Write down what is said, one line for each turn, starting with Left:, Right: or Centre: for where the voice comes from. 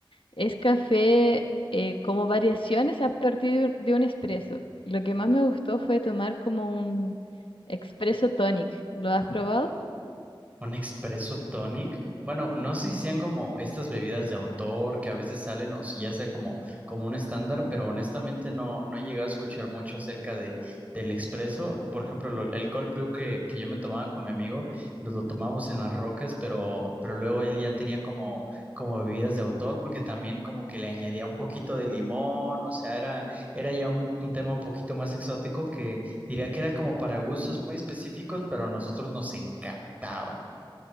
Left: es café eh, como variaciones a partir de un de un espresso. Lo que más me gustó fue tomar como un espresso tonic. ¿Lo has probado?
Right: Un expreso tonic. Bueno, no sé si sean como estas bebidas de autor que a veces salen o si ya sea como, como un estándar, pero honestamente no, no he llegado a escuchar mucho acerca de, del expreso. Por ejemplo, lo- el cold brew que, que yo me tomaba con mi amigo, nos lo tomábamos en las rocas, pero, pero luego él ya tenía como, como bebidas de autor porque también como que le añadía un poquito de limón, o sea, era, era ya un, un tema un poquito más exótico que diría que era como para gustos muy específicos, pero a nosotros nos encantaba.